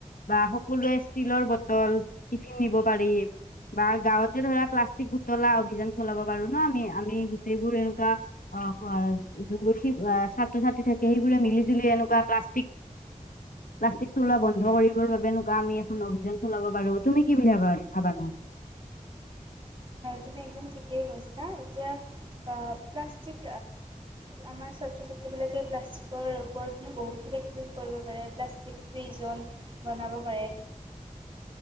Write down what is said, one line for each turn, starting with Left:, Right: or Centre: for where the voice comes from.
Left: বা সকলোৱে ষ্টীলৰ বটল টিফিন নিব পাৰি। বা গাঁৱতে ধৰা প্লাষ্টিক বুতলা অভিযান চলাব পাৰো ন আমি আমি গোটেইবোৰ এনেকুৱা অ যোৰ ছাত্ৰ ছাত্ৰী থাকে সেইবোৰে মিলি জুলি এনেকুৱা প্লাষ্টিক প্লাষ্টিক চুলা বন্ধ কৰি বাবে আমি এখন অভিযান চলাব পাৰো তুমি কি বুলি ভাবা ভাবানো
Right: তুমি একদম ঠিকেই কৈছা এতিয়া প্লাষ্টিক আমি ছাত্ৰ ছাত্ৰীবিলাকে প্লাষ্টিকৰ ওপৰত মানে বহুত কিবা কিবি কৰিব পাৰে প্লাষ্টিক ৰিজন বনাব পাৰে